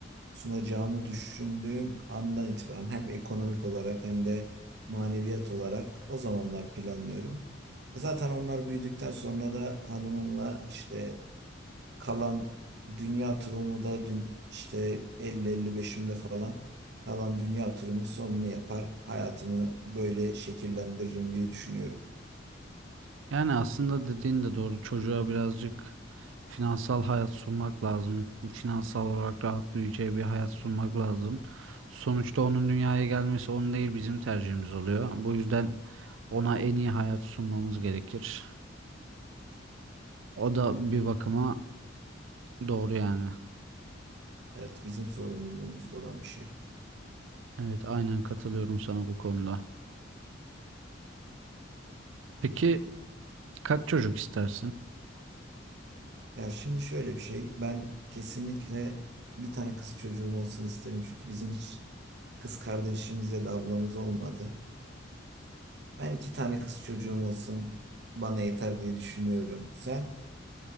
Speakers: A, on the right (about 60°); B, on the right (about 85°).
A: sunacağımı düşündüğüm andan itibaren hem ekonomik olarak hem de maneviyat olarak o zamanlar planlıyorum. Zaten onlar büyüdükten sonra da hanımımla işte kalan dünya turumu da dün, işte 50-55'imde falan kalan dünya turunun sonunu yapar. Hayatımı böyle şekillendiririm diye düşünüyorum.
B: Yani aslında dediğin de doğru. Çocuğa birazcık finansal hayat sunmak lazım. Finansal olarak rahat büyüyeceği bir hayat sunmak lazım. Sonuçta onun dünyaya gelmesi onun değil bizim tercihimiz oluyor. Bu yüzden ona en iyi hayat sunmamız gerekir. O da bir bakıma doğru yani.
A: Evet bizim sorumluluğumuzda olan bir şey.
B: Evet, aynen katılıyorum sana bu konuda. Peki kaç çocuk istersin?
A: Ya şimdi şöyle bir şey ben kesinlikle bir tane kız çocuğum olsun isterim çünkü bizim hiç kız kardeşimiz ya da ablamız olmadı. Ben iki tane kız çocuğum olsun bana yeter diye düşünüyorum. Sen?